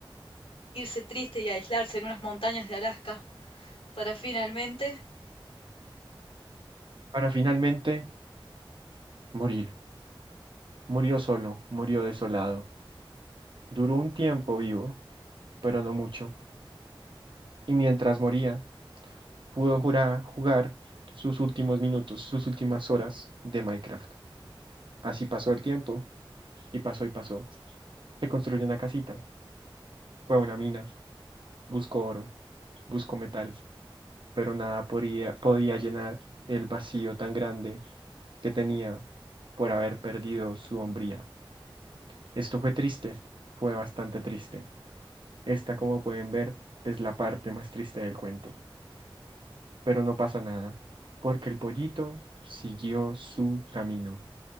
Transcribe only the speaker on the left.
irse triste y aislarse en unas montañas de Alaska para finalmente